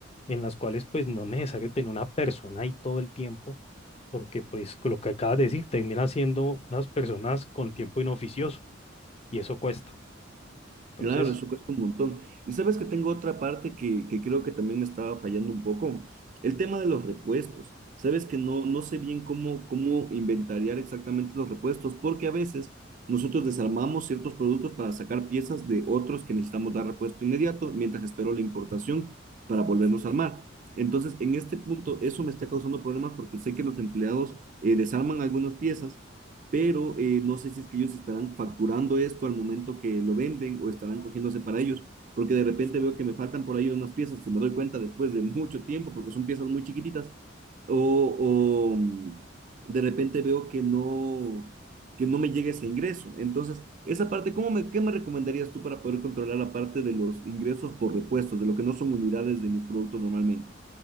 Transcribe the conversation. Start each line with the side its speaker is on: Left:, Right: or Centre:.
Left: en las cuales pues no es necesario tener una persona ahí todo el tiempo, porque pues con lo que acabas de decir termina siendo unas personas con tiempo inoficioso y eso cuesta. Entonces,
Right: Claro, eso cuesta un montón. Y sabes que tengo otra parte que, que creo que también me estaba fallando un poco, el tema de los repuestos. Sabes que no, no sé bien cómo, cómo inventariar exactamente los repuestos, porque a veces nosotros desarmamos ciertos productos para sacar piezas de otros que necesitamos dar repuesto inmediato, mientras espero la importación para volvernos a armar. Entonces, en este punto, eso me está causando problemas porque sé que los empleados eh, desarman algunas piezas pero eh, no sé si es que ellos estarán facturando esto al momento que lo venden o estarán cogiéndose para ellos, porque de repente veo que me faltan por ahí unas piezas que me doy cuenta después de mucho tiempo, porque son piezas muy chiquititas, o, o mm, de repente veo que no que no me llegue ese ingreso. Entonces, esa parte, ¿cómo me, ¿qué me recomendarías tú para poder controlar la parte de los ingresos por repuestos, de lo que no son unidades de mis productos normalmente?